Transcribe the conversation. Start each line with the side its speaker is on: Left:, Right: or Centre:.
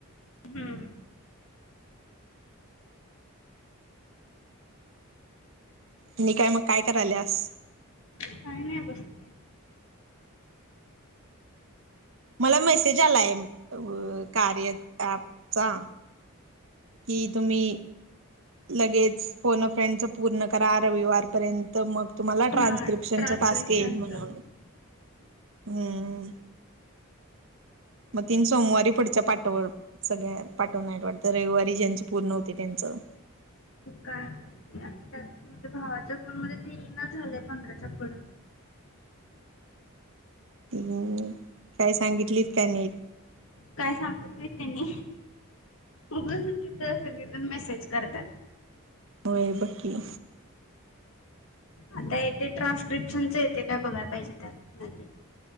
Left: हम्म!
Right: आणि काय मग काय कराल्यास?
Left: काय नाय बसले
Right: मला मेसेज आलाय अ कार्य ऍपचा की तुम्ही लगेच फोन फ्रेंडच पूर्ण करा रविवारपर्यंत मग तुम्हाला
Left: हा
Right: ट्रान्स्क्रिप्शनचा
Left: ट्रान्स्क्रिप्शनचं
Right: टास्क येईल म्हणून.
Left: हम्म,
Right: हम्म! मग तीन सोमवारी पुढच्या पाठवल सगळ्या पाठवणाइत वाटतं, रविवारी ज्यांची पूर्ण होती त्यांचं.
Left: काय माहिती? आता त्यात माझ्या भावाच्या फोन मध्ये ते इना झालय पंधराच्या पुढ.
Right: हम्म! काय सांगितलीत काय नाहीत?
Left: काय सांगत नाही त्यांनी. उगचच तिथ सगळेजण मेसेज करतात.
Right: होय बग की!
Left: आता येते ट्रान्स्क्रिप्शनच येतय काय बघाय पाहिजे त्यात